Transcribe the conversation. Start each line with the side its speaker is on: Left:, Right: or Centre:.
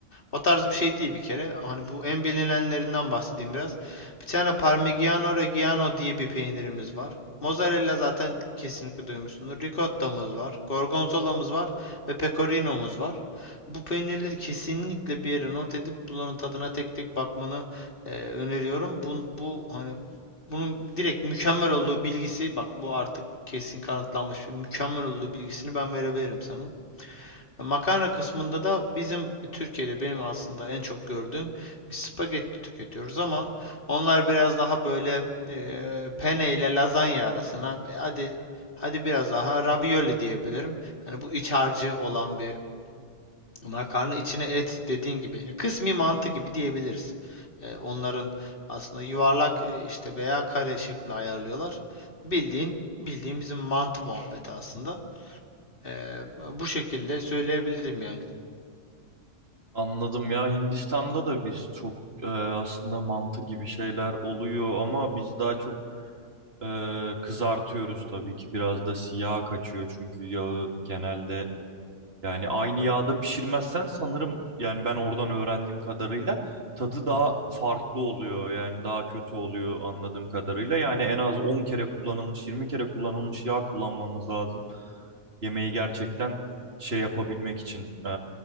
Left: o tarz bir şey değil bir kere. Hani bu en bilinenlerinden bahsedeyim biraz. Bir tane Parmigiano Reggiano diye bir peynirimiz var. Mozzarella zaten kesinlikle duymuşsunuz. Ricottamız var. Gorgonzola'mız var. Ve Pecorino'muz var. Bu peynirleri kesinlikle bir yere not edip bunların tadına tek tek bakmanı e, öneriyorum. Bu, bu hani bunun direkt mükemmel olduğu bilgisi bak bu artık kesin kanıtlanmış mükemmel olduğu bilgisini ben verebilirim sana. Makarna kısmında da bizim Türkiye'de benim aslında en çok gördüğüm bir spagetti tüketiyoruz ama onlar biraz daha böyle eee penne ile lazanya arasına e, hadi hadi biraz daha ravioli diyebilirim. Hani bu iç harcı olan bir makarna içine et dediğin gibi kısmi mantı gibi diyebiliriz. E, onların aslında yuvarlak e, işte veya kare şeklinde ayarlıyorlar. Bildiğin bildiğin bizim mantı muhabbeti aslında. E, bu şekilde söyleyebilirim yani.
Right: Anladım ya Hindistan'da da biz çok e, aslında mantı gibi şeyler oluyor ama biz daha çok e, kızartıyoruz tabii ki biraz da siyah kaçıyor çünkü yağı genelde Yani aynı yağda pişirmezsen sanırım yani ben oradan öğrendiğim kadarıyla tadı daha
Left: Hı hı.
Right: farklı oluyor. Yani daha kötü oluyor anladığım kadarıyla. Yani en az 10 kere kullanılmış, 20 kere kullanılmış yağ kullanmamız lazım yemeği gerçekten şey yapabilmek için, e,